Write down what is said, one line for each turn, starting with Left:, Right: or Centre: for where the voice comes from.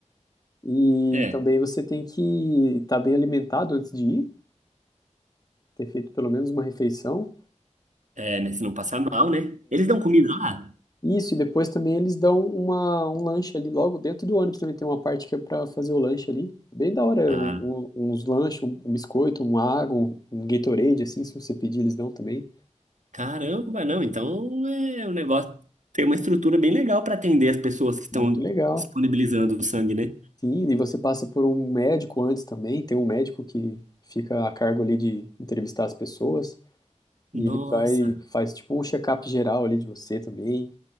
Left: E
Right: É,
Left: também você tem que estar bem alimentado antes de ir, ter feito pelo menos uma refeição.
Right: é, né? Se não passar mal, né? Eles dão comida lá?
Left: Isso, e depois também eles dão uma, um lanche ali logo dentro do ônibus também. Tem uma parte que é pra fazer o lanche ali. É Bem da hora,
Right: Ah,
Left: um- um- uns lanches, um, um biscoito, uma água, um, um Gatorade, assim, se você pedir, eles dão também.
Right: caramba, não. Então é é um negócio. Tem uma estrutura bem legal para atender as pessoas que estão
Left: Muito legal.
Right: disponibilizando o sangue, né?
Left: Sim, e você passa por um médico antes também. Tem um médico que fica a cargo ali de entrevistar as pessoas. E
Right: Nossa.
Left: ele vai, faz tipo um check-up geral ali de você também.